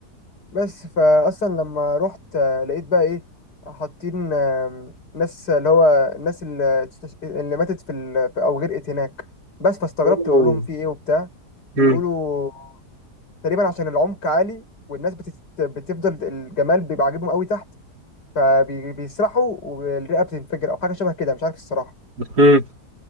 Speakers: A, on the left; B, on the right.
A: بس فاصلا لما رحت آه، لقيت بقى ايه حاطين آم، ناس اللي هو الناس اللي, تستش... اللي ماتت في, ال... في او غرقت هناك بس فاستغربت
B: أوه.
A: بقول لهم في ايه وبتاع بيقولوا
B: مم.
A: تقريبا عشان العمق عالي والناس بتت... بتفضل الجمال بيبقى عاجبهم قوي تحت فبيسرحوا والرئه بتنفجر او حاجه شبه كده مش عارف الصراحه
B: مم.